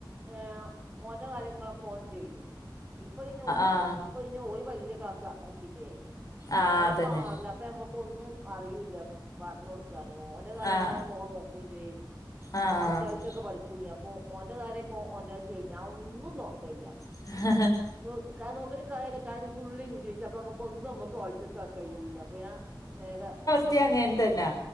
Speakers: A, on the right; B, on the left.
A: ഏഹ് ഓന്റെ കാര്യങ്ങളൊക്കെ ഓൻ ചെയ്യും ഇപ്പൊ പിന്നെ ഓ
B: ആഹ്
A: ഇ ഇപ്പൊ പിന്നെ ഓന് വല്ല്യ ക്‌ളാസ ത്തില്ലേ
B: ആഹ്
A: ഓന്പാർലാ
B: അതന്നെ
A: അപ്പ ഞമ്മ ഒന്നും അറിയൂല്ല പർഞൊട് ക്കാന് ഓൻ്റെ കാര്യങ്ങളൊക്കെ
B: ആഹ്
A: ഓം നോക്കും ചെയ്യും
B: ആഹ്
A: ഓം അത്യാവശ്യ ച്ചൊക്കെ പഠിക്കും ചെ അപ്പോ ഒന്റെ കാര്യം ഓ ഓൻ തന്നെ ചെയ്യും ഞാൻ ഒന്നും നോക്കലില്ലാ.
B: <unintelligible>
A: നോ കാ നോക്കീട്ട് കാര്യില്ല കാര്യം ഫുള്ള് ഇംഗ്ലീഷ് ക്ഷ അപ്പ നമ്മുക്കൊന്നും നമ്മുക്ക് വായിചെട്ക്കാൻ കഴിയൂല അപ്പ ഞാൻ നേര
B: റ്റ അങ്ങൻതന്നാ